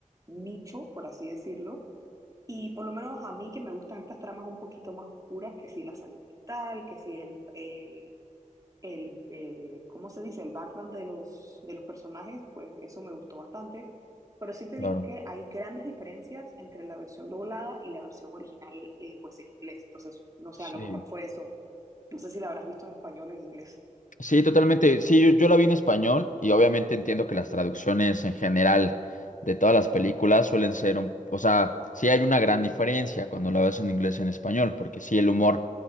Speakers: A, on the right (about 25°); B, on the left (about 70°).
A: nicho, por así decirlo. Y por lo menos a mí que me gustan estas tramas un poquito más oscuras, que si la salud mental, que si el, el- el, eh, ¿cómo se dice? El background de los, de los personajes, pues eso me gustó bastante. Pero sí te
B: claro.
A: digo que hay grandes diferencias entre la versión doblada y la versión original, eh, pues en inglés. Entonces, no sé,
B: Sí.
A: a lo mejor fue eso. No sé si la habrás visto en español o en inglés.
B: Sí, totalmente. Sí, yo, yo la vi en español y obviamente entiendo que las traducciones en general de todas las películas suelen ser un... O sea, sí hay una gran diferencia cuando la ves en inglés y en español, porque sí el humor